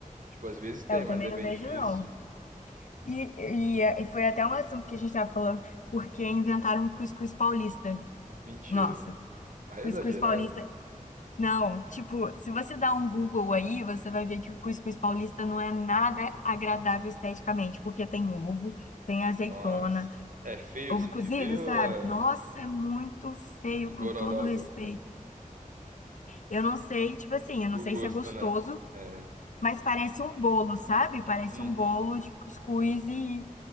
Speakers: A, on the right; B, on the left.
A: Tipo, às vezes tem,
B: é, eu
A: mas
B: também
A: é
B: não
A: bem
B: vejo,
A: difícil.
B: não. E, e, é, e foi até um assunto que a gente estava falando, porque inventaram um cuscuz paulista.
A: Mentira.
B: Nossa,
A: Aí
B: cuscuz
A: exageraram.
B: paulista. Não, tipo, se você dá um Google aí, você vai ver que o cuscuz paulista não é nada agradável esteticamente, porque tem ovo, tem azeitona,
A: Nossa. É feio
B: ovo
A: assim
B: cozido,
A: de ver ou
B: sabe?
A: é
B: Nossa, é muito feio,
A: <laughs>
B: com
A: gororoba?
B: todo o respeito. Eu não sei, tipo assim, eu não
A: O
B: sei
A: gosto,
B: se é gostoso,
A: né? É.
B: mas parece um bolo, sabe? Parece
A: Uhum.
B: um bolo de cuscuz e